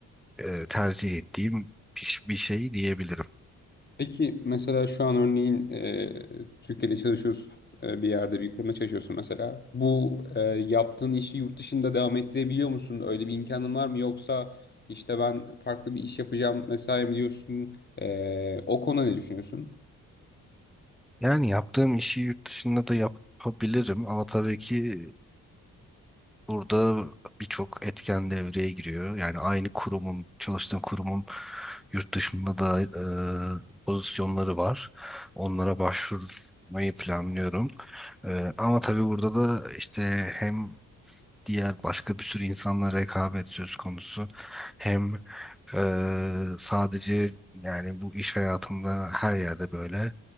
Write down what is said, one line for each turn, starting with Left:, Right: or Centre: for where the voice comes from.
Centre: e, tercih ettiğim bir, bir şey diyebilirim.
Left: Peki mesela şu an örneğin e, Türkiye'de çalışıyorsun e, bir yerde bir kurumda çalışıyorsun mesela. Bu e, yaptığın işi yurt dışında devam ettirebiliyor musun? Öyle bir imkanın var mı? Yoksa işte ben farklı bir iş yapacağım vesaire mi diyorsun? E, o konuda ne düşünüyorsun?
Centre: Yani yaptığım işi yurt dışında da yapabilirim ama tabii ki Burada birçok etken devreye giriyor. Yani aynı kurumun, çalıştığın kurumun yurt dışında da e, pozisyonları var. Onlara başvurmayı planlıyorum. E, ama tabii burada da işte hem diğer başka bir sürü insanla rekabet söz konusu hem ee, sadece yani bu iş hayatında her yerde böyle